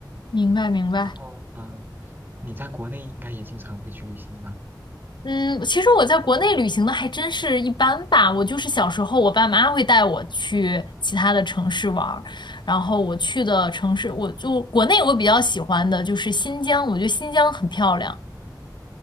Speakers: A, on the left; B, on the right.
A: 明白，明白。
B: 然后，嗯，你在国内应该也经常会去旅行吧？
A: 嗯，其实我在国内旅行的还真是一般吧。我就是小时候，我爸妈会带我去其他的城市玩儿，然后我去的城市，我就国内我比较喜欢的就是新疆，我觉得新疆很漂亮。